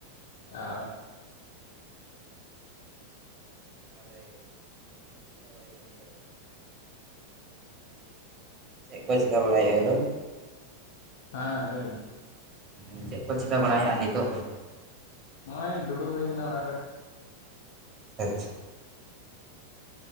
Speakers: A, on the left; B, on the right.
A: ᱚ
B: ᱛᱟᱦᱚᱞᱮ ᱪᱮᱫ ᱠᱚ ᱦᱟᱸᱜ ᱪᱤᱠᱟᱹ ᱵᱟᱲᱟᱭ ᱦᱩᱭᱩᱜᱼᱟ ᱱᱤᱛᱚᱜ ᱫᱚ ᱪᱮᱫᱠᱚ ᱪᱮᱠᱟ ᱵᱟᱲᱟᱭᱟ ᱦᱮᱞᱳ
A: ᱦᱮᱸ ᱞᱟᱹᱭᱵᱤᱱ
B: ᱢᱟᱱᱮ ᱪᱮᱫ ᱠᱚ ᱪᱤᱠᱟᱹ ᱵᱟᱲᱟᱭᱮᱫᱼᱟ ᱱᱤᱛᱚᱜ ᱫᱚ
A: ᱱᱚᱜ ᱚᱭ ᱫᱩᱲᱩᱵ ᱦᱩᱭ ᱠᱟᱱᱟ ᱚᱲᱟᱜ ᱨᱮ
B: ᱟᱪᱪᱷᱟ